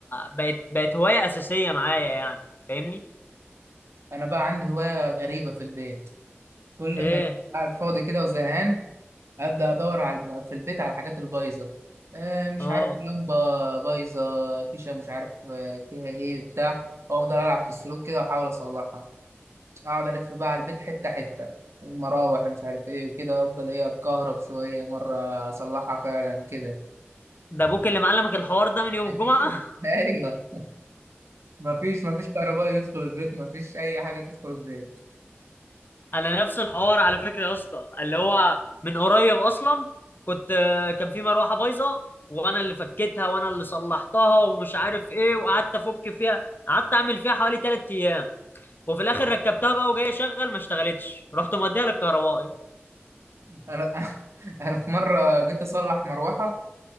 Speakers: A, on the left; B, on the right.
A: بقت بقت هوايه اساسيه معايا يعني فاهمني
B: انا بقى عندي هواية غريبة في البيت كل
A: ايه
B: ما أبقى قاعد فاضي كده وزهقان ابدا ادور على في البيت على الحاجات البايظة آه، مش
A: اه
B: عارف لمبة بايظة فيشة مش عارف آه، فيها ايه بتاع وافضل العب في السلوك كده واحاول اصلحها اقعد الف بقى على البيت حته حته المراوح مش عارف ايه وكده افضل ايه اتكهرب شويه مره اصلحها فعلا كده
A: ده ابوك اللي معلمك الحوار ده من يوم
B: اكيد
A: الجمعه
B: <laughs> ايوه مفيش مفيش كهرباء يدخل البيت مفيش اي حاجه تدخل البيت
A: انا نفس الحوار على فكره يا اسطى اللي هو من قريب اصلا كنت كان في مروحه بايظه وانا اللي فكيتها وانا اللي صلحتها ومش عارف ايه وقعدت افك فيها قعدت اعمل فيها حوالي ثلاث ايام وفي الاخر ركبتها بقى وجاي اشغل ما اشتغلتش رحت موديها للكهربائي
B: انا <laughs> انا في مره جيت اصلح مروحه